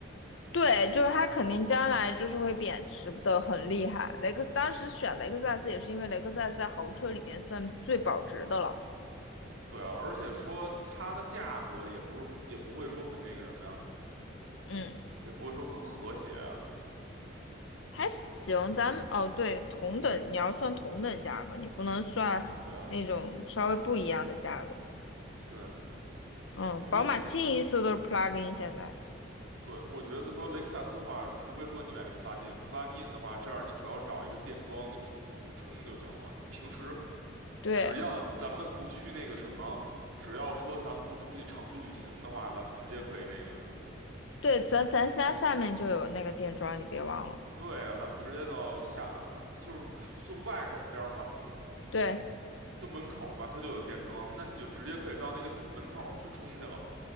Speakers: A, on the left; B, on the right.
A: 对，就是它肯定将来就是会贬值的很厉害，雷克当时选雷克萨斯也是因为雷克萨斯在豪车里面算最保值的了，
B: 对啊，而且说它的价格也不是，也不会说很那个什么呀，
A: 嗯。
B: 也不会说很和谐啊。
A: 还行，咱们哦对，同等你要算同等价格，你不能算那种稍微不一样的价格。
B: 对啊，对，
A: 嗯，
B: 我觉得，
A: 宝马清一色都是 plug-in 现在。
B: 对，我觉得说雷克萨斯的话，除非说你买这 plug-in，plug-in 的话，这样你只要找一个电桩，你去你去充就行了。你平时
A: 对
B: 只要咱们不去那个什么，只要说咱们不出去长途旅行的话，咱们直接可以那个什么。
A: 对，咱咱家下面就有那个电桩，你别忘了。
B: 对啊，咱们直接到下，就是就外口边儿嘛，
A: 对
B: 就门口儿嘛，它就有电桩，那你就直接可以到那个门口儿去充去了嘛。